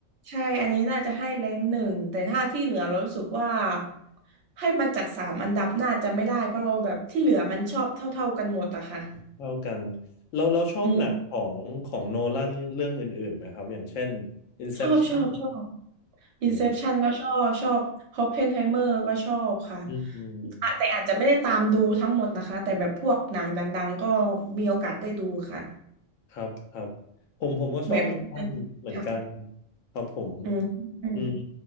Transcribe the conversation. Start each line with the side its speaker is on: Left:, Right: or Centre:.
Right: ใช่อันนี้น่าจะให้แรงหนึ่งแต่ถ้าที่เหลือเรารู้สึกว่าให้มาจัดสามอันดับน่าจะไม่ได้เพราะเราแบบที่เหลือมันชอบเท่าๆกันหมดอะค่ะ
Left: เท่ากันเราเราชอบหนังของของโนแลนเรื่องอื่นๆไหมครับอย่างเช่น
Right: อืม
Left: Inception
Right: ชอบชอบชอบ
Left: อืม
Right: Inception ก็ชอบชอบ Oppenheimer ก็ชอบค่ะ
Left: อืม
Right: อะแต่อาจจะไม่ได้ตามดูทั้งหมดนะคะแต่แบบพวกหนังดังๆก็มีโอกาสได้ดูค่ะ
Left: ครับครับผมผมก็ชอบโนแลนเหมือนกัน
Right: แบบค่ะ
Left: ครับผม
Right: อืมอืม
Left: อืม